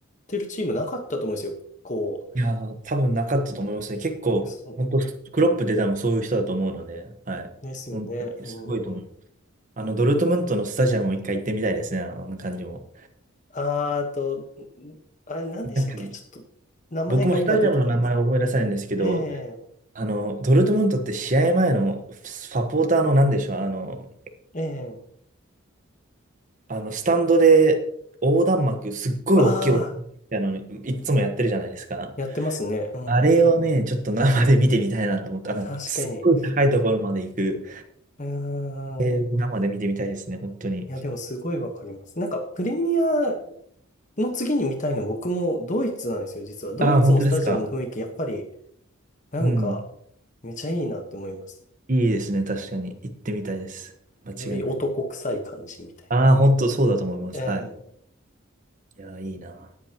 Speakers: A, on the left (about 35°); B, on the right (about 35°).
A: てるチームなかったと思うんですよ。こ
B: いやー、多分なかったと思いますね。結構、
A: う、そ
B: 本当クロップで多分そういう人だと思うので、はい。
A: ですよね。
B: 本当にすごいと思う。
A: うん。
B: あの、ドルトムントのスタジアムを一回行ってみたいですね、あの感じも。
A: あーと、んあれ何でしたっけちょっと名前が今出てこないです。
B: なんか、僕もスタジアムの名前を思い出さないんですけど、
A: ええ
B: あの、ドルトムントって試合前のサポーターの何でしょう、あの、
A: ええ
B: あの、スタンドで横断幕、すっごい大きい横断幕みたいなの、
A: ああ
B: いつもやってるじゃないですか。
A: ー、やってますね。うん。
B: あれをね、ちょっと生で見てみたいなと思って、あの、
A: 確かに。
B: すっごい高いところまで行く。
A: うん。
B: えー生で見てみたいですね、本当に。
A: いや、でもすごいわかります。なんか、プレミアの次に見たいの僕もドイツなんですよ、実は。ドイツのスタジアムの雰囲気、
B: ああ、本当ですか。
A: やっぱり、なんか、
B: うん。
A: めちゃいいなって思います。
B: いいですね、確かに。行ってみたいです。間違いない。
A: より男臭い感じみたいな。
B: ああ、本当そうだと思います。
A: ええ
B: はい。いやー、いいな。